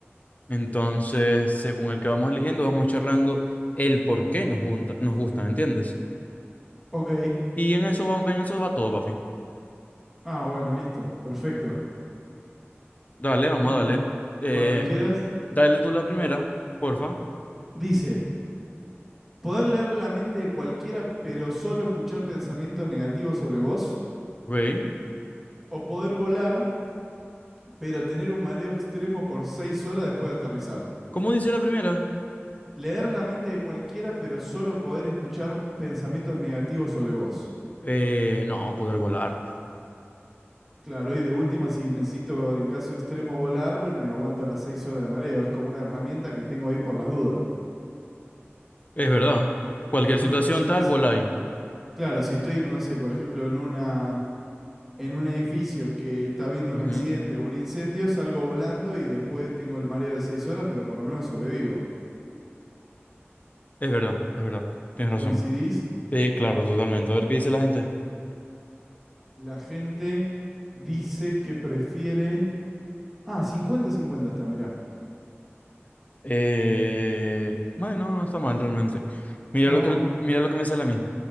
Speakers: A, on the left; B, in the centre.
A: Entonces, según el que vamos eligiendo, vamos charlando el por qué nos gusta, nos gusta, ¿entiendes?
B: Ok.
A: Y en eso va, en eso va todo, papi.
B: Ah, bueno, listo. Perfecto.
A: Dale, vamos
B: Bueno,
A: a darle.
B: cu-
A: Eh,
B: cuando quieras.
A: dale tú la primera, porfa.
B: Dice, ¿poder leer la mente de cualquiera pero solo escuchar pensamientos negativos sobre vos?
A: Ok.
B: ¿O poder volar pero tener un mareo extremo por seis horas después de aterrizar?
A: ¿Cómo dice la primera?
B: Leer la mente de cualquiera pero solo poder escuchar pensamientos negativos sobre vos.
A: Eh, no, poder volar.
B: Claro, y de última, si necesito en caso extremo volar, me aguanto las seis horas de mareo. Es como una herramienta que tengo ahí por las dudas.
A: Es verdad. Cualquier
B: Por ejemplo,
A: situación
B: si,
A: tal,
B: si-
A: voláis.
B: claro, si estoy, no sé, por ejemplo, en una, en un edificio que está habiendo un
A: Ujú.
B: accidente o un incendio, salgo volando y después tengo el mareo de seis horas, pero por lo menos sobrevivo.
A: Es verdad, es verdad. Tienes razón.
B: ¿Coincidís?
A: Sí, claro, totalmente. A ver qué dice la gente.
B: La gente dice que prefiere... Ah, 50-50 está, mirá.
A: Eh, bueno, no está mal realmente. Mira
B: No,
A: lo que, mira lo que me sale a mí.